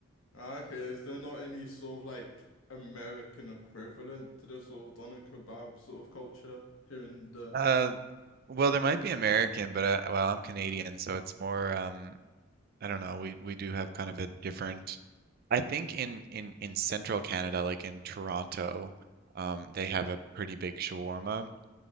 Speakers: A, on the left; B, on the right.
A: Ah, Okay, is there not any sort of like American equivalent to the sort of doner kebab sort of culture here in the?
B: Uh, well, there might be American, but uh, well, I'm Canadian, so it's more. Um, I don't know. We we do have kind of a different. I think in in in central Canada, like in Toronto, um, they have a pretty big shawarma.